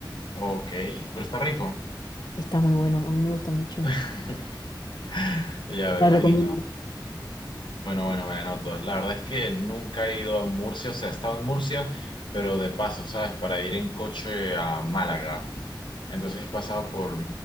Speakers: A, on the left (about 85°); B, on the left (about 60°).
A: Ok, pero está rico.
B: Está muy bueno, a mí me gusta mucho.
A: <laughs> Ya me
B: Te
A: imagino.
B: la recomiendo.
A: Bueno, bueno, me anoto. La verdad es que nunca he ido a Murcia, o sea, he estado en Murcia, pero de paso, ¿sabes? Para ir en coche a Málaga. Entonces he pasado por